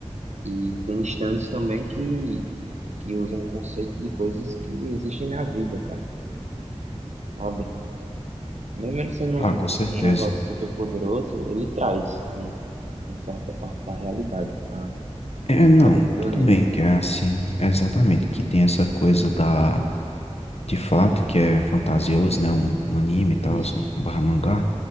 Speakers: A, on the right; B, on the left.
A: E tem instantes também que, que usam o conceito de coisas que existem na vida, cara, sabe? Mesmo ele sendo um,
B: Ah, com certeza.
A: um negócio super poderoso, ele traz um, uma certa parte da realidade para
B: É, não,
A: dentro
B: tudo
A: do anime.
B: bem que é assim, é exatamente, que tem essa coisa da. De fato, que é fantasioso, né? Um, um anime e tal,
A: Isso,
B: um barra mangá.